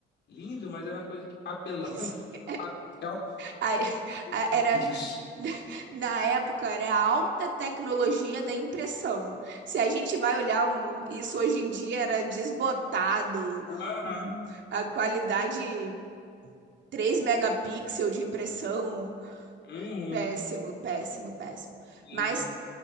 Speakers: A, on the left; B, on the right.
A: lindo, mas era uma coisa de papelão,
B: <laughs>
A: <laughs> papel
B: Aí,
A: com
B: a- Era
A: bicho.
B: <laughs> Na época era a alta tecnologia da impressão. Se a gente vai olhar um- isso hoje em dia, era desbotado,
A: Aham.
B: hum, a qualidade 3 megapixel de impressão,
A: Uhum.
B: péssimo, péssimo, péssimo.
A: Sim.
B: Mas